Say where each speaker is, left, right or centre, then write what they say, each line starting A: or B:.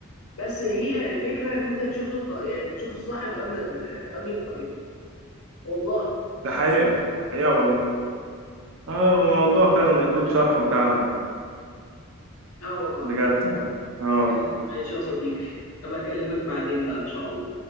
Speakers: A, on the left; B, on the right.
A: بس هي الفكره ان انت تشوف الط... يعني تشوف الصاحب قبل ال... قبل الطريق والله
B: ده حقيقه حقيقه والله آه الموضوع فعلا يطول شرحه فعلا
A: اه والله
B: بجد اه
A: يلا ماشي يا صديقي ابقى اكلمك بعدين بقى ان شاء الله